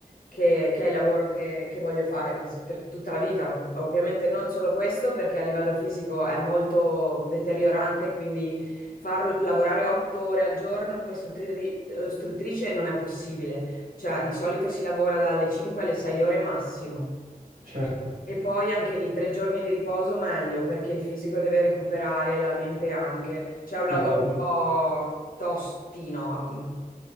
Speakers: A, on the left; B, on the right.
A: che- che è il lavoro che, che voglio fare per, per tutta la vita. Ovviamente non solo questo, perché a livello fisico è molto deteriorante, quindi far lavorare 8 ore al giorno come istruttrice eh, istruttrice non è possibile cioè, di solito si lavora dalle 5 alle 6 ore massimo.
B: certo.
A: E poi anche lì tre giorni di riposo meglio, perché il fisico deve recuperare, la mente anche. Cioè, è un lavoro
B: Beh, ovvio.
A: un po' tostino. mm.